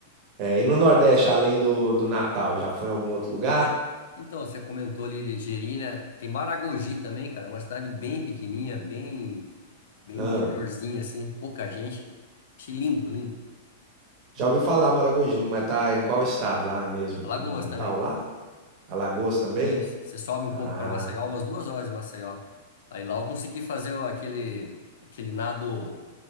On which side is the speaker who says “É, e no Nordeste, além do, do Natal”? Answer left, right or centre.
Right